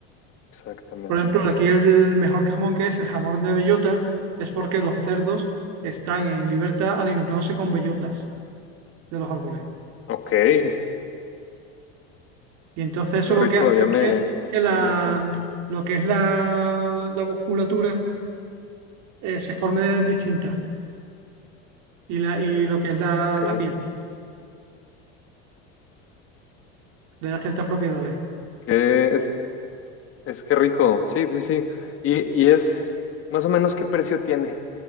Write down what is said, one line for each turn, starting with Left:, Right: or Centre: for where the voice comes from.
Left: exactamente.
Right: Por ejemplo, aquí el mejor jamón que es el jamón de bellota es porque los cerdos están en libertad alimentándose con bellotas de los árboles.
Left: Ok, qué
Right: Y entonces eso
Left: rico,
Right: lo que hace
Left: ya
Right: es
Left: me,
Right: que, que la,
Left: me imagino.
Right: lo que es la, la musculatura eh, se forme distinta y, la, y lo que es la,
Left: Ok,
Right: la piel le da ciertas propiedades.
Left: que es, es que rico, sí, sí, sí. Y, y es más o menos qué precio tiene